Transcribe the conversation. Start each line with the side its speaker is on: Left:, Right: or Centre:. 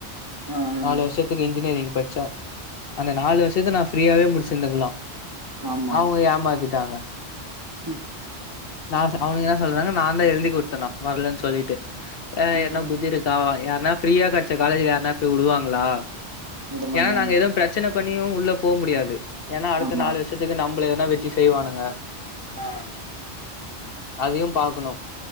Right: ஆ ஆ
Left: நாலு வருஷத்துக்கு இன்ஜினியரிங் படிச்சா அந்த நாலு வருஷத்துக்கு நா ஃப்ரீயாவே முடிச்சிருந்துக்கலா
Right: ஆமா
Left: அவங்க ஏமாத்திட்டாங்க
Right: ம்
Left: நா சொ அவனுக என்ன சொல்றாங்க நாந்தா எழுதி குட்தனா வர்லன் சொல்லீட்டு அ
Right: ம்
Left: என்ன
Right: ம்.
Left: புத்திருக் கா வ யார்னா ஃப்ரீயா கெட்ச்ச காலேஜ யருனா போய்வுடுவாங்களா
Right: விட மாட்டாங்க
Left: ஏனா நாங்க எதும் பிரச் பிரச்சன பண்ணியு உள்ள போ முடியாது ஏனா அடுத்த
Right: ஆமா
Left: நாலு வர்ஷத்துக்கு நம்பள ஏதனா வெச்சு செய்வானுங்க
Right: ஆ
Left: அதையு பாக்கணு